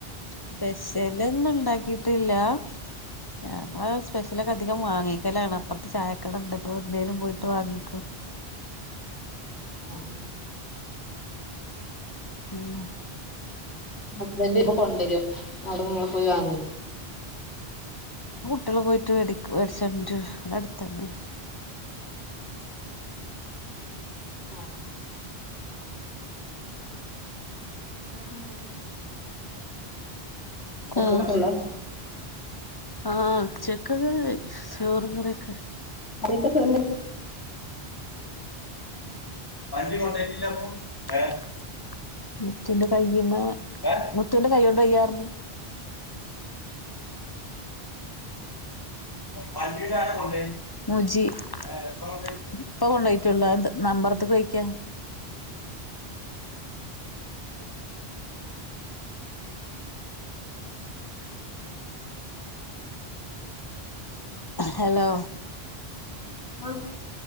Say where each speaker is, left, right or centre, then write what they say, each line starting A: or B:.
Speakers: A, on the left (about 25°); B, on the left (about 85°).
A: സ്പെഷ്യല് ഒന്നും ഉണ്ടാക്കിട്ടില്ലാ. ഞങ്ങള് സ്പെഷ്യല് ഒക്കെ അധികം വാങ്ങിക്കലാണ് അപ്പർത്ത് ചായക്കട ഇണ്ട് അപ്പൊ എന്തേലും പോയിട്ട് വാങ്ങിക്കും.
B: ആഹ്.
A: <unintelligible>
B: ഹസ്ബൻഡ് ഇപ്പൊ കൊണ്ടരോ അതോ ഇങ്ങള് പോയി വാങ്ങി
A: കുട്ട്യേള് പോയിട്ട് മേടിക്കു മേടിച്ചോണ്ടെരും ഇവിടെ അടുത്തന്നെ.
B: ആഹ് ചോറും കറിയൊക് മക്കൾക്കുള്ളെ
A: ആഹ്, ആഹ്, ഉച്ചക്ക് ചോറും കറിയുയൊക്
B: കറിയൊക്കെ ചോറും
A: വണ്ടി കൊണ്ടോയിറ്റില്ലാപ്പം ഏഹ് മുത്തൂന്റെ കൈയ്യീമ്മെ, മുത്തൂന്റെ കൈ കൊണ്ടുവയ്യാ പർഞ്ഞ് വണ്ടിയുടെയാരാകൊണ്ടുപോയേ, മുജി എപ്പോ കൊണ്ടുപോയി, ഇപ്പൊ കൊണ്ടുപോയിട്ടുള്ളൂ യതുനമ്പറത്തു പയോഗിക്കാൻ ഹലോ
B: ആഹ്